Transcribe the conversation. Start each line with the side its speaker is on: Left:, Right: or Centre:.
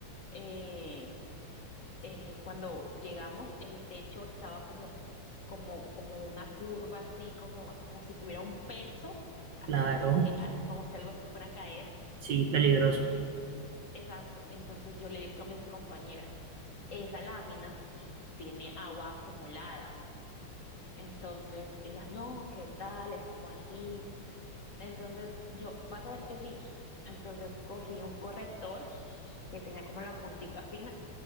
Left: eh, eh, cuando llegamos, el techo estaba como, como, como una curva, así como, como si tuviera un peso, así
Right: claro,
Left: como que al- como si algo se fuera a caer.
Right: sí, peligroso.
Left: Y exacto, entonces yo le digo a mis compañeras, esa lámina tiene agua acumulada Entonces, ellas, no, ¿qué tal? Es como así. Entonces, yo, vas a ver que sí. Entonces, cogí un corrector que tenía como la puntica fina